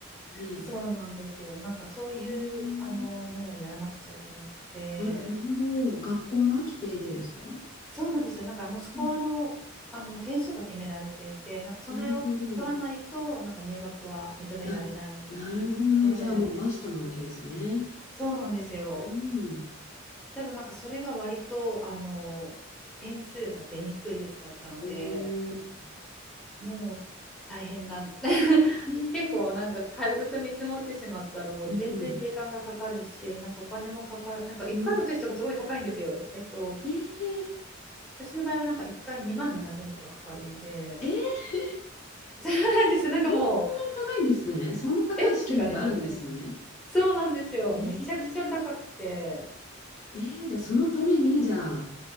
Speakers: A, on the left (about 35°); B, in the centre.
A: ね。
B: そうなんですよ。なんかそういうあのものをやらなくちゃいけなくて、
A: ええあ、なるほど。学校の規定でですか
B: そうなんですよ。なんかもうスコアの、
A: うん。
B: あの点数が決められていて、なんかそれを取らないと、
A: なるほど。
B: なんか入学は認められないみたいな感じで、
A: あ、なるほど。じゃあもうマストなわけですね。
B: そうなんですよ。
A: うん。
B: ただなんかそれが割と、あの、点数が出にくいやつだったので、
A: おー。
B: もう大変な、<laughs>
A: ええ
B: 結構なんか軽く見積もってしまったら、もう全然時間がかかるし、
A: うんうん。
B: なんかお金もかかる、なんか1回のテストがすごい高いんですよ。
A: うん。
B: えっと、
A: ええ
B: 私の場合はなんか1回2万7000とかかかるので、
A: ええ
B: <laughs> そうなんですよ。
A: そんなに高いんですね。
B: なんかもう、
A: そんな高い試験ってあるんですね。
B: えって感じですよね。そうなんですよ。
A: ええ
B: めちゃくちゃ高くて。
A: ええじゃあそのために、じゃあ